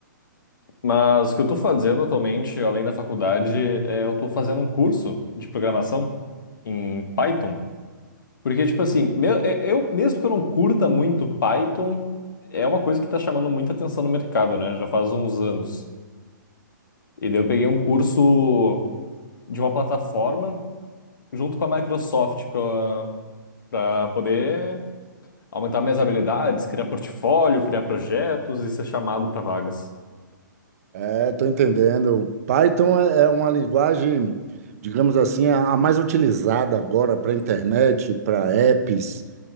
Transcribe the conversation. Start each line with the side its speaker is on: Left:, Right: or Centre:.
Left: Mas o que eu tô fazendo atualmente, além da faculdade, é eu tô fazendo um curso de programação em Python. Porque, tipo assim, meu, eu, eu- mesmo que eu não curta muito Python, é uma coisa que tá chamando muita atenção no mercado, né? Já faz uns anos. E daí eu peguei um curso de uma plataforma junto com a Microsoft pra, pra poder aumentar minhas habilidades, criar portfólio, criar projetos e ser chamado pra vagas.
Right: É, estou entendendo. Python é é uma linguagem, digamos assim, a a mais utilizada agora para internet, para apps,